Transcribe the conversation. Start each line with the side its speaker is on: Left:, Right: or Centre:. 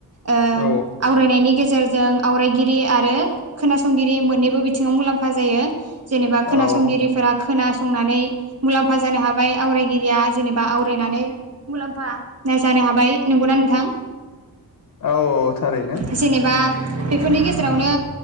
Right: ओ‌
Left: औ
Right: आवरायनायनि गेजेरजों आवरायगिरि आरो खोनासंगिरि मोननैबो बिथिङाव मुलाम्फा जायो। ओ जेनेबा खोनासंगिरिफोरा
Left: औ
Right: खोनासंनानै मुलाम्फा जानो हाबाय आवरायगिरिया जेनेबा आवरायनानै। मुलाम्फा जानो हाबाय नंगौना नोंथां।
Left: औ औ थारैनो।
Right: ओ जेनेबा बेफोरनि गेजेरावनो